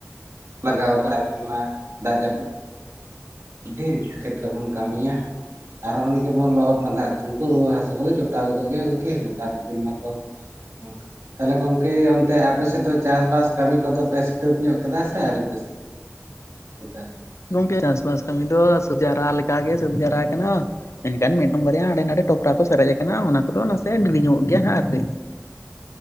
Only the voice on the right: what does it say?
ᱞᱟᱜᱟᱣ ᱠᱟᱜ ᱫᱤᱱ ᱢᱟ ᱫᱟᱜ ᱡᱟ ᱰᱤᱱ ᱠᱷᱮᱛ ᱨᱮ ᱵᱚᱱ ᱠᱟᱹᱢᱤᱭᱟ᱾ ᱟᱨ ᱚ ᱱᱤᱝᱠᱟ ᱵᱚᱱ ᱞᱚᱦᱚᱫ ᱢᱟᱫᱟᱜ ᱫᱩᱠᱚ ᱨᱩᱣᱟ ᱦᱟᱹᱥᱩ ᱠᱚᱫᱚ ᱡᱚᱴᱟᱣ ᱜᱚᱫᱚᱜ ᱜᱮᱭᱟ ᱜᱚᱝᱠᱮ ᱱᱮᱛᱟᱨ ᱫᱤᱱ ᱢᱟᱛᱚ᱾ <inaudible> ᱜᱚᱝᱠᱮ ᱛᱟᱞᱦᱮ ᱜᱚᱝᱠᱮ ᱚᱱᱛᱮ ᱟᱯᱮ ᱥᱮᱫ ᱫᱚ ᱪᱟᱥᱼᱵᱟᱥ ᱠᱟᱹᱢᱤ ᱠᱚᱫᱚ ᱯᱮ ᱥᱤᱹᱛᱟᱵ ᱧᱚᱜ ᱠᱮᱫᱟ ᱥᱮ ᱟᱹᱣᱨᱤ ᱯᱮ ᱥᱤ ᱛᱩᱯᱟ